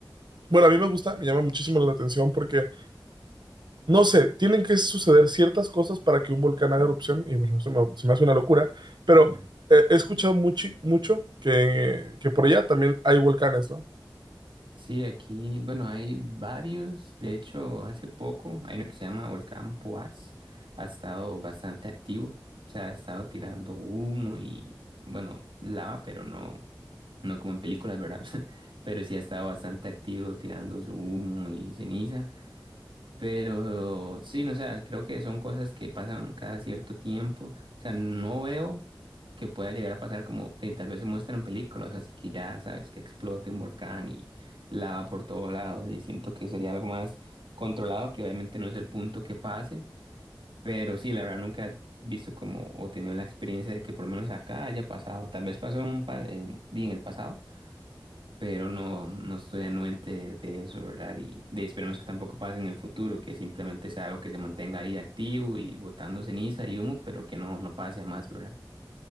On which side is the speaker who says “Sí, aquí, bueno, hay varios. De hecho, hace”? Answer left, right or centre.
Right